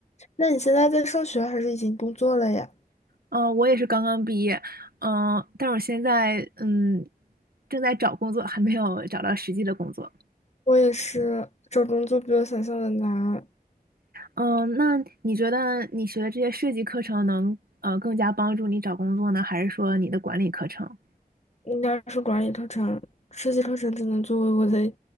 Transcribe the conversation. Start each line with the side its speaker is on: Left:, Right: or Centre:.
Left: 那你现在在上学还是已经工作了呀？
Right: 嗯、呃我也是刚刚毕业，嗯、但是我现在嗯正在找工作，还没有找到实际的工作。
Left: 我也是，找工作比我想象的难。
Right: 嗯、那你觉得你学的这些设计课程能呃更加帮助你找工作呢，还是说你的管理课程？
Left: 应该是管理课程、设计课程只能作为我的，